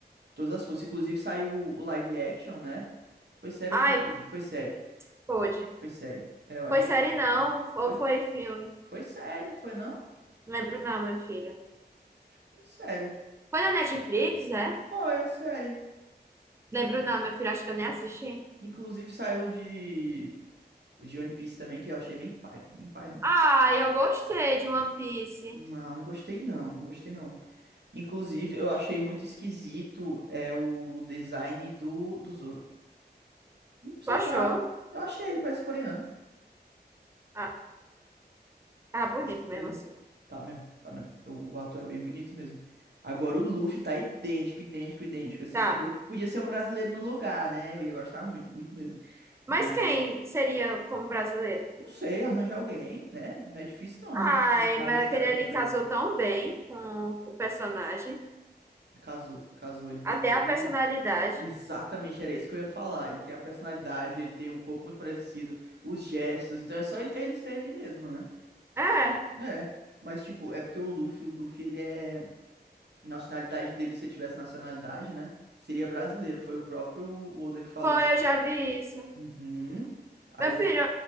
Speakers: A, on the right (about 75°); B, on the right (about 15°).
A: Todas as forças. Inclusive saiu o live action, né? Foi sério
B: Ai,
A: ou foi filme? Foi série.
B: pôde.
A: Foi série. É, eu achei
B: Foi série
A: que foi.
B: não,
A: né?
B: ou
A: Foi,
B: foi filme?
A: foi série, não foi não?
B: Não Lembro não, meu filho.
A: Foi série.
B: Foi na Netflix, é?
A: Foi, é série.
B: Lembro não, meu filho, acho que eu nem assisti.
A: Inclusive saiu de. O de One Piece também, que eu achei bem pai. Bem pai.
B: Ah, eu gostei de One Piece.
A: Não, não gostei não. Não gostei não. Inclusive, eu achei muito esquisito é o design do, do Zoro. Sei
B: Tu achou?
A: lá. Eu achei ele, parece coreano.
B: Ah, tá bonito
A: Mas
B: mesmo
A: Ele
B: assim.
A: não. Tá mesmo, tá mesmo. O o ator é bem bonito mesmo. Agora o Luffy tá idêntico, idêntico, idêntico, assim.
B: Tá.
A: Podia, podia ser um brasileiro no lugar, né? Eu ia gostar muito, muito mesmo.
B: Mas
A: Mas,
B: quem seria como brasileiro?
A: não sei, arranja alguém, né? Não é difícil não arranjar
B: Ai,
A: alguém de magricela
B: mas aquele
A: aqui
B: ali
A: no Brasil.
B: casou tão bem com o personagem.
A: Casou, casou. Ele tem
B: Até
A: todo.
B: a personalidade.
A: o- Exatamente, era isso que eu ia falar. Ele tem a personalidade, ele tem um corpo muito parecido, os gestos. Então é só ele, ele ser ele mesmo, né?
B: É,
A: É. Mas, tipo, é porque o Luffy, o Luffy, ele é. nacionalidade dele, se ele tivesse nacionalidade, né? Seria brasileiro, foi o próprio Oda que falou.
B: foi, eu já vi isso.
A: Uhum. Aí
B: Meu
A: o-
B: filho,